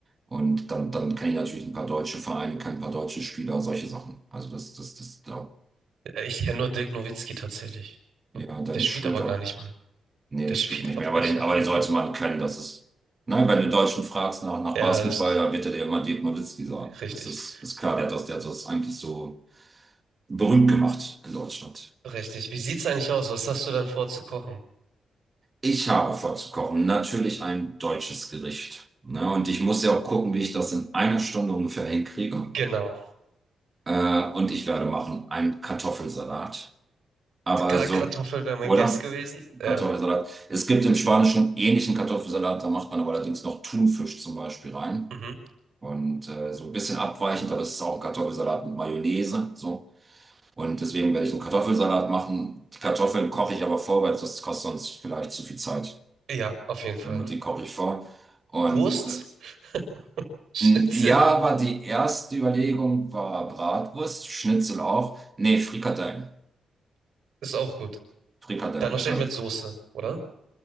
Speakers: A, on the right; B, on the right.
A: Und dann, dann kenne ich natürlich ein paar deutsche Vereine, kenne ein paar deutsche Spieler, solche Sachen. Also das, das, das, ja,
B: Ich kenne nur Dirk Nowitzki tatsächlich.
A: ja, Dennis
B: Der spielt
A: Schröder.
B: aber gar nicht mehr.
A: Nee, der
B: Der spielt
A: spielt nicht
B: <laughs> aber
A: mehr, aber
B: nicht
A: den,
B: mehr.
A: aber den sollte man kennen. Das ist, nein, wenn du Deutschen fragst nach, nach
B: Ja,
A: Basketball,
B: das
A: dann wird er dir immer Dirk Nowitzki sagen.
B: ist richtig.
A: Das ist, ist klar, der hat das, der hat das eigentlich so. berühmt gemacht in Deutschland.
B: Richtig. Wie sieht's eigentlich aus? Was hast du dann vor zu kochen?
A: Ich habe vor zu kochen, natürlich ein deutsches Gericht. Ne? Und ich muss ja auch gucken, wie ich das in einer Stunde ungefähr hinkriege.
B: Genau.
A: Äh, und ich werde machen einen Kartoffelsalat. Aber
B: Kartoffel
A: so,
B: wäre mein
A: oder?
B: Guess gewesen.
A: Kartoffelsalat.
B: Ja,
A: Es gibt im Spanischen einen ähnlichen Kartoffelsalat, da macht man aber allerdings noch Thunfisch zum Beispiel rein.
B: mhm.
A: Und äh, so ein bisschen abweichend, aber es ist auch ein Kartoffelsalat mit Mayonnaise. So. Und deswegen werde ich einen Kartoffelsalat machen. Die Kartoffeln koche ich aber vor, weil das kostet sonst vielleicht zu viel Zeit.
B: Ja, auf jeden Fall.
A: Genau, die koche ich vor. Und
B: Wurst, <laughs> Schnitzel
A: äh, ja, war die erste Überlegung war Bratwurst, Schnitzel auch. Nee, Frikadellen.
B: ist auch gut.
A: Frikadellen,
B: Dann wahrscheinlich
A: weil,
B: mit Soße, oder?